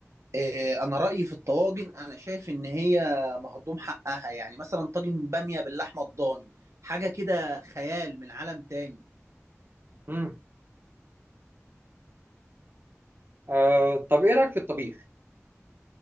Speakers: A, on the right (about 65°); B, on the right (about 45°).
A: إيه أنا رأيي في الطواجن أنا شايف إن هي مهضوم حقها يعني مثلا طاجن بامية باللحمة الضاني حاجة كده خيال من عالم تاني
B: امم آه طب ايه رايك في الطبيخ